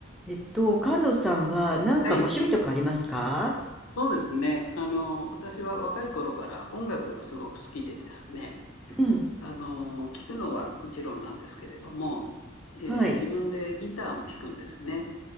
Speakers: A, in the centre; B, on the left (about 85°).
A: えっと、菅野さんはなんかご趣味とかありますか
B: はい、そうですね。あの、私は若い頃から音楽がすごく好きでですね、
A: うん。
B: あの、聴くのはもちろんなんですけれども、えー自分でギターも弾くんですね。
A: はい。